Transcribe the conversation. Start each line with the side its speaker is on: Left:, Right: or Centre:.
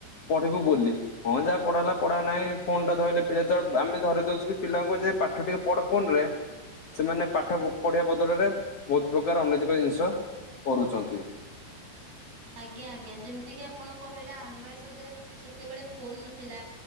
Left: ପଢିବୁ ବୋଲି ହଁ ଯାହା ପଢା ହେଲା ପଢା ନାଇଁ ଫୋନଟା ଧଇଲେ ପିଲାତ ଆମେ ଧରେଇ ଦଉଚୁକି ପିଲାଙ୍କୁ ଯେ ପାଠ ଟିକେ ବଡ଼ ଫୋନରେ ସେମାନେ ପାଠ ପଢିବା ବଦଳରେ ବହୁତ୍ ପ୍ରକାର ଅନୈତିକ ଜିନିଷ କରୁଚନ୍ତି।
Right: ଆଜ୍ଞା ଆଜ୍ଞା ଯେମିତିକିି ଆପଣ କହିଲେ ଆମ ବେଳେ ସତରେ ସେତେବେଳେ ଫୋନ୍ ନଥିଲା